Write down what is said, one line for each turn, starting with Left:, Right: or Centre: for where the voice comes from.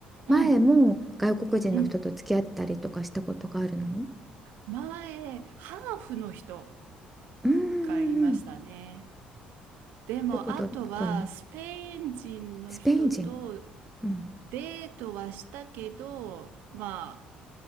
Right: うん
Centre: 前も外国人の人と付き合ったりとかしたことがあるの
Right: うん前ハーフの人
Centre: うんうんうん
Right: 回いましたね。でも、
Centre: どことどこの
Right: あとは、スペイン人の人と
Centre: スペイン人、うん、
Right: デートはしたけど、まあ、